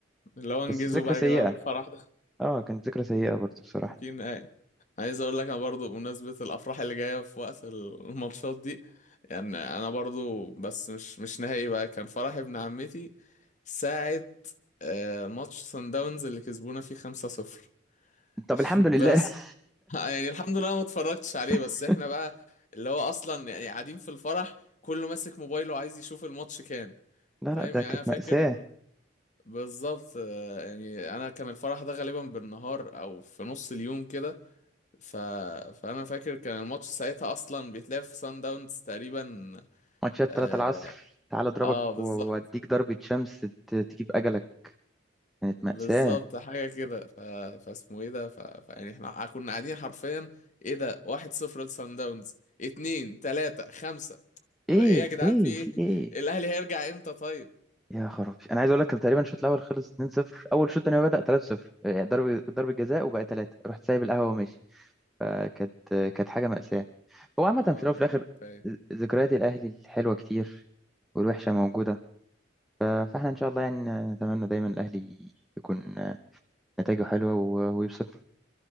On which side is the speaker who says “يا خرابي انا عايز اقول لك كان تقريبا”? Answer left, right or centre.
Centre